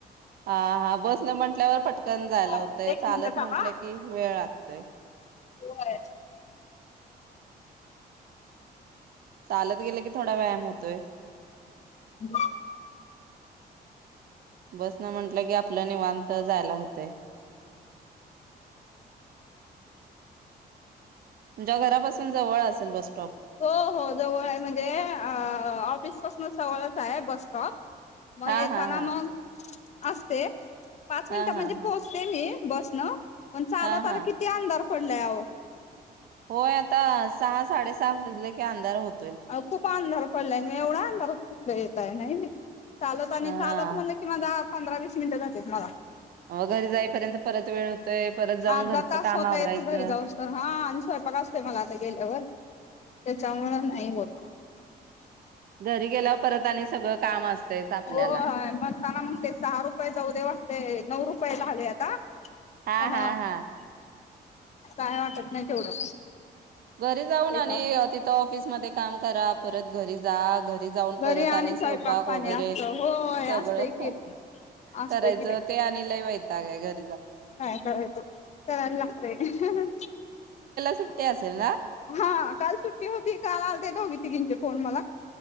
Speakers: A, on the right; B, on the left.
A: हा हा बस न म्हटल्यावर पटकन जायला
B: होत
A: होतंय
B: एक
A: चालत
B: मिनिट थांबा
A: म्हटलं की वेळ लागतोय.
B: होय.....
A: चालत गेले की थोडा व्यायाम होतोय.
B: ब <inaudible>
A: बसन नी म्हटलं की आपल नीवांतच. जायला होतय तुमच्या घरापासून जवळ असेल बस स्टॉप.
B: हो हो जवळ आहे म्हणजे ऑफिस पासूनच जवळच आहे बस स्टॉप म
A: हा
B: येताना
A: हा हा
B: मग? असते. पाच
A: हा
B: मिनिटा
A: हा
B: मध्ये
A: हा
B: पोहचते मी. बस न? पण चालत
A: हा
B: आलं
A: हा
B: किती अंधार पडले अहो.
A: होय आता सहा साडे सहा वाजले. की अंधार होत
B: आहो खूप अंधार? पडल्यान मी एवढा अंधराच कुठल येताय नाही नाही चालत आणि
A: हा
B: चालत म्हणलं कि माझा पंधरा वीस मिनिट जात्यात मला.
A: मग घरी जाईपर्यंत परत वेळ होतोय परत जाऊन
B: अर्धा
A: घरचं
B: तास
A: काम
B: होतोय
A: आवरायचं.
B: इथून घरी जाऊस तवर हा आणि स्वयंपाक असतोय मला आता गेल्यावर त्याच्या मूळ नाय नाही होत
A: घरी गेल्यावर परत आणि सगळं काम असतेच आपल्याला
B: हो म्हणताना म्हणतंय सहा रुपये जाऊ दे वाटतय नऊ रुपये झाले आता.
A: हा
B: पण
A: हा हा
B: काय वाटत नाही तेवढं
A: घरी जाऊन
B: त्याच्या
A: आणि तिथं ऑफिसमध्ये काम करा परत घरी जा घरी ते जाऊन परत
B: घरी
A: आणि स्वयंपाक
B: पाणी
A: वगैरे
B: असत होय
A: सगळं
B: असतय
A: ह
B: की असतय
A: करायचं
B: की बाई
A: ते आणि लय वय काय काय काय ग
B: काय करायचं, कराय लागतेय हह ह
A: सुट्या.... चला
B: हा काल सुट्टी होती काल आलते दोघी तिघींचे फोन मला.